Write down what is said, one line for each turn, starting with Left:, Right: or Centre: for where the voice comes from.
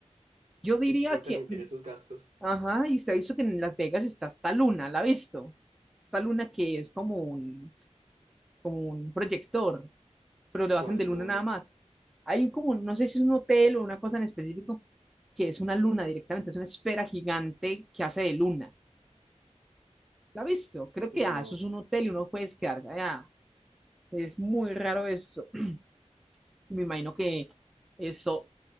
Centre: Yo diría
Right: que se puede permitir
Centre: que
Right: esos gastos.
Centre: Ajá, y usted ha visto que en Las Vegas está esta luna, ¿la ha visto? Esta luna que es como un, como un proyector, pero
Right: ¿Cuál
Centre: lo hacen de luna
Right: luna?
Centre: nada más. Hay un como, no sé si es un hotel o una cosa en específico, que es una luna directamente, es una esfera gigante que hace de luna. ¿La ha visto? Creo que ah,
Right: No,
Centre: eso es un hotel y uno puede quedarse allá. Es muy raro eso. <clears throat> Me imagino que eso,